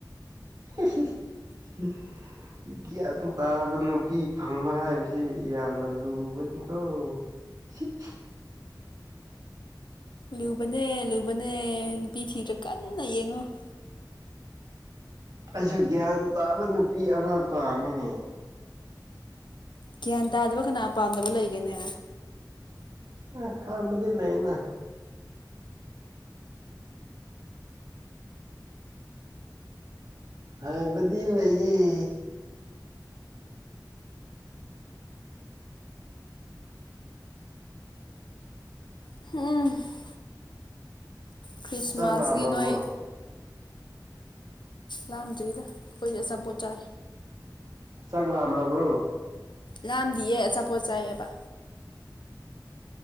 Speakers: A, on the right (about 55°); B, on the left (about 85°).
A: <inaudible> ꯒ꯭ꯌꯥꯟ ꯇꯥꯕ ꯅꯨꯄꯤ ꯐꯪꯕ ꯍꯥꯏꯕꯁꯤ ꯌꯥꯝꯅ ꯂꯨꯕꯅꯤꯀꯣ꯫ <inaudible>
B: ꯂꯨꯕꯅꯦ ꯂꯨꯕꯅꯦ ꯅꯨꯄꯤ ꯊꯤꯗꯔ꯭ ꯀꯟꯅ ꯌꯦꯡꯉꯣ꯫
A: ꯑꯩꯁꯨ ꯒ꯭ꯌꯥꯟ ꯇꯥꯕ ꯅꯨꯄꯤ ꯑꯃ ꯄꯥꯝꯃꯤꯅꯦ꯫
B: ꯒ꯭ꯌꯥꯟ ꯇꯥꯗꯕ ꯀꯅꯥ ꯄꯥꯝꯗꯕ ꯂꯩꯒꯦꯅꯦ꯫
A: ꯑꯦ ꯍꯥꯕꯗꯤ ꯂꯩꯅ꯫ ꯍꯥꯏꯕꯗꯤ ꯂꯩꯌꯦ꯫
B: <inaudible> ꯈ꯭ꯔꯤꯁꯃꯥꯁꯀꯤ
A: ꯆꯥꯛ ꯂꯥꯝꯃꯕꯔꯣ꯫
B: ꯅꯣꯏ ꯂꯥꯝꯗ꯭ꯔꯤꯗ ꯈꯣꯏꯗꯤ ꯑꯆꯥꯄꯣꯠ ꯆꯥꯏ꯫
A: ꯆꯥꯛ ꯂꯥꯝꯃꯕ꯭ꯔꯣ꯫
B: ꯂꯥꯝꯗꯤꯌꯦ ꯑꯆꯥꯄꯣꯠ ꯆꯥꯏꯌꯦꯕ꯫